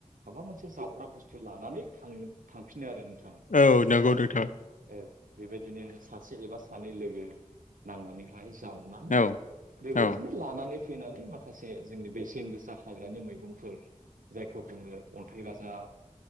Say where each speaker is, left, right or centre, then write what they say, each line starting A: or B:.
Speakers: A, on the right; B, on the left.
A: माबा मोनसे जावग्रा बुस्थु लानानै थां-थांफिनो आरो नों थां
B: औ नंगौ
A: स्लाय
B: नोंथां
A: औ बेबायदिनो सासे एबा सानै लोगो नांनानैहाय सो- जावनानै
B: औ
A: बेबायदिनो
B: औ
A: लानानै फैनानै माखासे जोंनि बेसेन गोसा हाग्रानि मैगंफोर जायखौ बुङो अन्थाइ बाजाब